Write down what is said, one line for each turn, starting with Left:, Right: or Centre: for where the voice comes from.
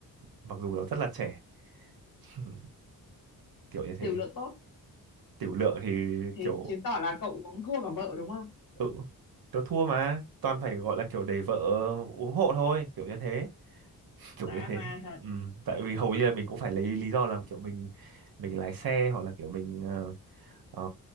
Right: mặc dù nó rất là trẻ <laughs> kiểu như thế
Left: tiểu lượng tốt
Right: tiểu lượng thì
Left: thế
Right: kiểu
Left: chứng tỏ là cậu uống thua cả vợ đúng không
Right: ừ tớ thua mà toàn phải gọi là kiểu để vợ uống hộ thôi kiểu như thế kiểu
Left: dã
Right: như thế
Left: man thật
Right: ừ. tại vì hầu như là mình cũng phải lấy lý do là kiểu mình mình lái xe hoặc là kiểu mình ờ, ờ,